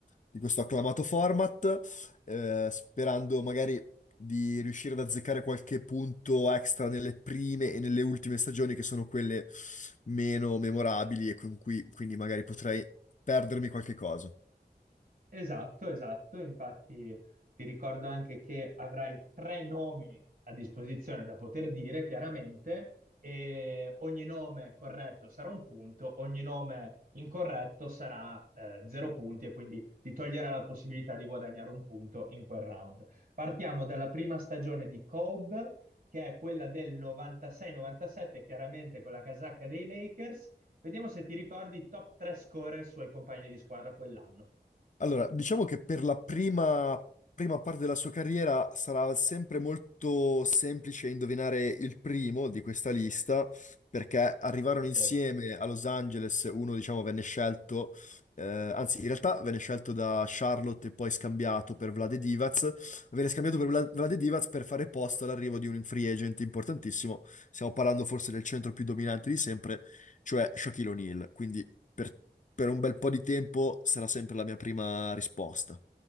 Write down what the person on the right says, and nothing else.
Esatto, esatto. Infatti ti ricordo anche che avrai tre nomi a disposizione da poter dire, chiaramente, e ogni nome corretto sarà un punto, ogni nome incorretto sarà eh, zero punti e quindi ti toglierà la possibilità di guadagnare un punto in quel round. Partiamo dalla prima stagione di Cobb, che è quella del 96-97, chiaramente con la casacca dei Lakers. Vediamo se ti ricordi i top 3 scorer suoi compagni di squadra quell'anno.
Sì.